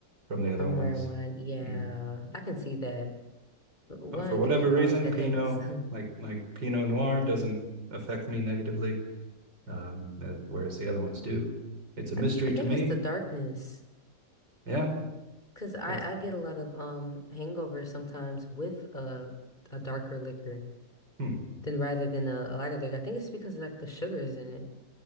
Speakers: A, on the right; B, on the left.
A: from the other
B: from
A: ones.
B: red wine. Yeah,
A: Mm.
B: I can see that. Wine
A: But for whatever
B: can cause
A: reason,
B: headaches.
A: Pinot,
B: <laughs> I,
A: like like Pinot Noir, doesn't affect me negatively, um, uh, whereas the other ones do. It's a
B: I
A: mystery
B: think
A: to me.
B: it's the darkness.
A: Yeah,
B: Cause I,
A: I th-
B: I get a lot of um hangovers sometimes with a a darker liquor
A: hmm.
B: than rather than a, a lighter liquor. I think it's because of, like the sugars in it.